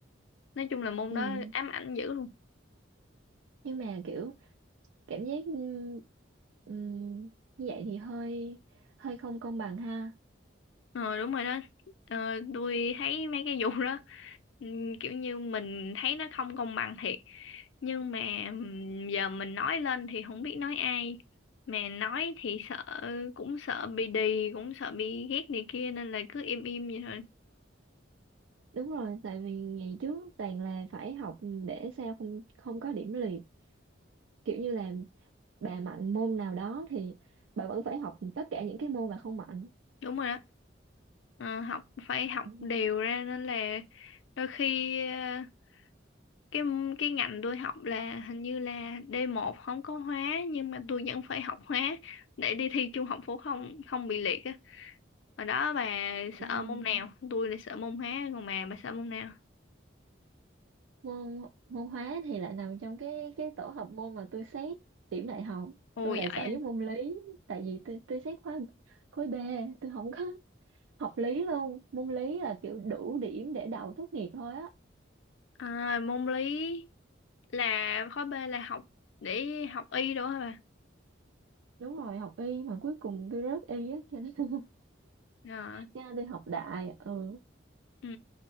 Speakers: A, on the left (about 75°); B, on the right (about 85°).
A: nói chung là môn
B: ừ
A: đó ám ảnh dữ luôn
B: nhưng mà kiểu cảm giác ừm, ừm, như vậy thì hơi hơi không công bằng ha
A: ờ đúng rồi đó ờ, tôi thấy mấy cái vụ đó ừm, kiểu như mình thấy nó không công bằng thiệt nhưng mà ừm, giờ mình nói lên thì không biết nói ai mà nói thì sợ cũng sợ bị đì cũng sợ bị ghét này kia nên là cứ im im vậy thôi
B: đúng rồi tại vì ngày trước toàn là phải học để sao không không có điểm liệt kiểu như là bà mạnh môn nào đó thì bà vẫn phải học tất cả những cái môn bà không mạnh
A: đúng rồi đó Ờ, học phải học
B: Ừm,
A: đều ra nên là đôi khi ờ, cái cái ngành tôi học là hình như là d một không có hóa nhưng mà tôi vẫn phải học hóa để đi thi trung học phổ thông không bị liệt á Hồi đó bà sợ
B: ừm.
A: môn nào tôi là sợ môn hóa còn bà bà sợ môn nào
B: môn môn hóa thì lại nằm trong cái cái tổ hợp môn mà tôi xét điểm đại học
A: ồ
B: tôi
A: giỏi
B: lại sợ
A: vậy.
B: với môn lý tại vì tôi tôi xét khóa khối B tôi không có học lý luôn môn lý là kiểu đủ điểm để đậu tốt nghiệp thôi á
A: à, môn lý là khối B là học để học y đúng không bà
B: đúng rồi học y mà cuối cùng tôi rớt y á cho nên <laughs>
A: Ờ,
B: cho nên đi học đại ừ
A: ừ.